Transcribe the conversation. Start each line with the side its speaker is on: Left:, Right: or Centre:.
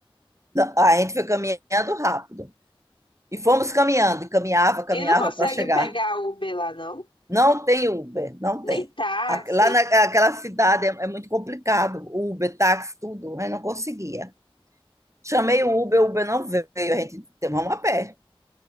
Right: A gente foi caminhando rápido. E fomos caminhando, e caminhava, caminhava
Left: E não consegue
Right: para chegar.
Left: pegar Uber lá, não?
Right: Não tem Uber, não tem.
Left: Nem táxi.
Right: A- Lá naquela cidade é, é muito complicado, Uber, táxi, tudo, eu não conseguia. Chamei o Uber, o Uber não veio, a gente, vamos a pé,